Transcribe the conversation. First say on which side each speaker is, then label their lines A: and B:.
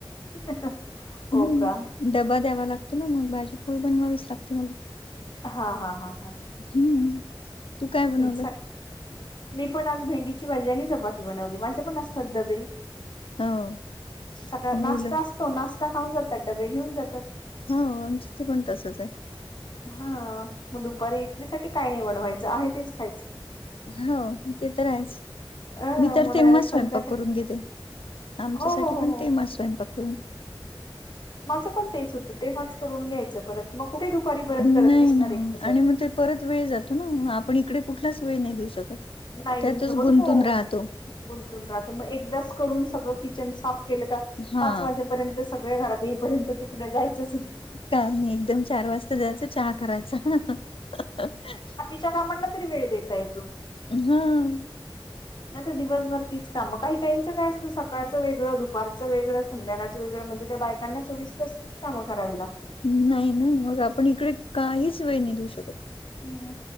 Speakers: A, on the left; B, on the left.
A: <unintelligible>
B: हम्म
A: हो, का?
B: डबा द्यावा लागतो ना. मग भाजी- पोळी बनवावीच लागते, मला.
A: हा, हा, हा, हा.
B: हम्म तू काय बनवलं
A: तेचसा मी पण आज, भेंडीची भाजी आणि चपाती बनवली. माझे पण असतात डबे.
B: हो
A: सकाळ
B: मुलं
A: नाश्टा असतो. नाश्ता खाऊन जातात. डबे घेऊन जातात.
B: हो. आमच इथे पण तसंचय.
A: हा, मग दुपारी एकटीसाठी, काय नाही बनवायचं. आहे तेच खायचं.
B: हो. ते तर आहेच.
A: अ
B: मी तर,
A: मग
B: तेंव्हाच
A: डायरेक्ट संध्याकाळी
B: स्वयंपाक करून घेते. आमच्यासाठी
A: हो हो हो
B: पण
A: हो
B: तेंव्हाच स्वयंपाक करुन.
A: माझं पण तेच होतं. तेंव्हाच करून घ्यायचं. परत मग कुठे? दुपारी परत
B: नाही
A: करत बसणार,
B: ना
A: एकटीसाठी.
B: आणि मग ते परत वेळ जातो ना. आपण इकडे, कुठलाच वेळ नाही देऊ शकत.
A: नाही
B: त्यातच
A: देऊ शकत
B: गुंतून
A: हो
B: राहतो.
A: गुंतून राहतो. मग एकदाच करून, सगळं किचन साफ केलं का.
B: हा
A: पाच वाजेपर्यंत ते सगळे घरात येईपर्यंत, तिकडं जायचंच नाही.
B: काम नाही. एकदम चार वाजता जायचं, चहा करायचा. <unintelligible>
A: च्या कामांना तरी, वेळ देता येतो.
B: हं.
A: नाही तर, दिवसभर तीच कामं. काही काहीचं काय असतं, सकाळचं वेगळं, दुपारचं वेगळं. संध्याकाळच वेगळं. म्हणजे त्या बायकांना, चोवीस तास तिचं काम करावी लागतात.
B: नाही न. मग आपण इकडे, काहीच वेळ नाही देऊ शकत.
A: मग,